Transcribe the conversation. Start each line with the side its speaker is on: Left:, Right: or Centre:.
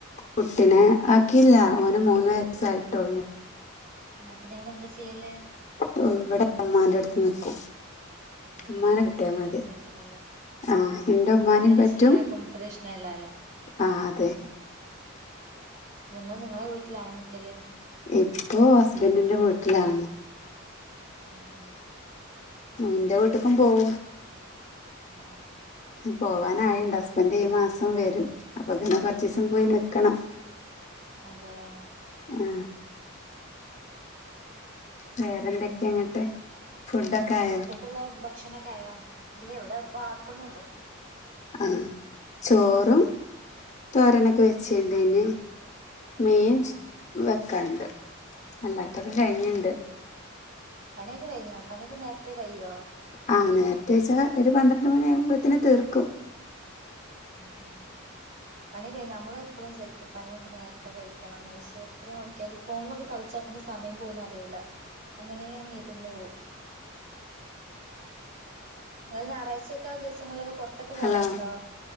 Left: കുട്ടിനെ ആക്കിയില്ല ഓന് മൂന്ന് വയസ്സായിട്ടൊള്ളൂ
Right: ഏഹ് അപ്പൊ നിങ്ങള്ന്താ ചെയ്യല്
Left: <unintelligible> ഇവടെ ഇമ്മാന്റെട്ത്ത് നിക്കും
Right: ആഹ്
Left: ഇമ്മാനെ
Right: ആഹ്
Left: കിട്ടിയാ
Right: അങ്ങനാവുമ്പോ
Left: മതി
Right: കൊഴപ്പല്ലല്ലേ
Left: ആഹ് ഇന്റെ ഉമ്മാനിം
Right: അങ്ങനെ
Left: പറ്റും
Right: ശീലാക്കുമ്പോ പ്രശ്നല്ലാലോ
Left: ആഹ് അതെ
Right: നിങ്ങള് നിങ്ങളെ വീട്ടിലാണോ നിക്കല്
Left: ഇപ്പോ ഹസ്ബന്റിന്റെ വീട്ടിലാണ്
Right: ആഹ് ആഹ്
Left: ഇന്റെ വീട്ട്ക്കും പോവും
Right: ആഹ് ആഹ്
Left: പോവാനായിണ്ട്
Right: പിന്നെ
Left: ഹസ്ബന്റ് ഈ മാസം വരും അപ്പൊ പിന്നെ കൊറ്ച്ചീസും പോയി നിക്കണം
Right: അതെയൊ
Left: ഉം വേറെന്തേക്കെങ്ങട്ട് ഫുഡോക്കായോ
Right: ള്ള ഭക്ഷണൊക്കായോ ഇല്ല ഇവടെ ഇപ്പാക്കുന്നൊള്ളൂ
Left: ആഹ് ചോറും തോരനൊക്കെ വെച്ച്ണ്ട്ഞ്ഞ് മീൻ
Right: ആഹ്
Left: വെക്കാണ്ട് അല്ലാത്തൊക്കെ
Right: ആഹ്
Left: കഴിഞ്ഞ്ണ്ട്
Right: പണിയൊക്കെ കഴിഞ്ഞോ പണിയൊക്കെ നേരത്തെ കഴിയ്യോ
Left: ആഹ് നേരത്തെയിച്ചാ ഒര് പന്ത്രണ്ട് മണിയാവുമ്പോത്തിന് തീർക്കും
Right: ആഹ് ആഹ് പണി കഴി നമ്മളെപ്പോഴുംചരിക്കും പണിയൊക്കഴിഞ്ഞാ നമ്മള് എപ്പഴും വിചാരിക്കും പണിയൊക്കെ നേരത്തെ കഴിക്കണംന്ന് പക്ഷെ എത്ര നോക്കിയാലും ഫോണിലൊക്കെ കളിച്ചാ പിന്നെ സമയം പോവുന്ന അറിയൂല അങ്ങനെയങ്ങ് ഇര്ന്ന് പോവും ഇങ്ങള് ഞായറാഴ്ച്ചോക്കെ ദിവസങ്ങള്ലൊക്കെ പൊറത്തൊക്കെ പോവാറുണ്ടോ
Left: ഹലോ